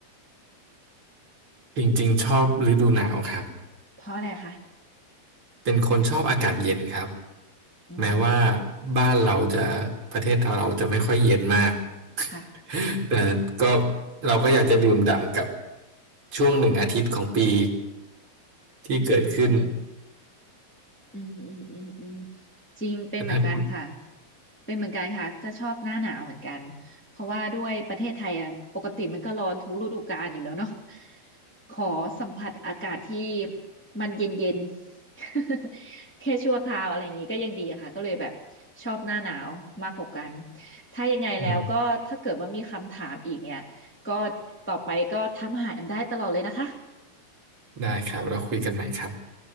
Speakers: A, on the right; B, in the centre.
A: จริงๆชอบฤดูหนาวครับ
B: เพราะอะไรคะ
A: เป็นคนชอบอากาศเย็นครับ
B: อืม
A: แม้ว่าบ้านเราจะประเทศเราจะไม่ค่อยเย็นมาก
B: ค่ะ
A: <laughs> แต่ก็เราก็อยากจะดื่มด่ำกับช่วงหนึ่งอาทิตย์ของปีที่เกิดขึ้น
B: อืม อืมอืมอืมอืมจริงเป็นเหมือนกันค่ะ
A: นะครับ
B: เป็นเหมือนกันค่ะก็ชอบหน้าหนาวเหมือนกันเพราะว่าด้วยประเทศไทยอ่ะปกติมันก็ร้อนทุกฤดูกาลอยู่แล้วเนาะขอสัมผัสอากาศที่มันเย็นเย็น <laughs> แค่ชั่วคราวอะไรอย่างนี้ก็ยังดีค่ะก็เลยแบบชอบหน้าหนาวมากกว่ากันถ้ายังไงแล้วก็ถ้าเกิดว่ามีคำถามอีกเนี่ยก็
A: อืม
B: ต่อไปก็ทักมาหาแอมได้ตลอดเลยนะคะ
A: <laughs> ได้ครับเราคุยกันใหม่ครับ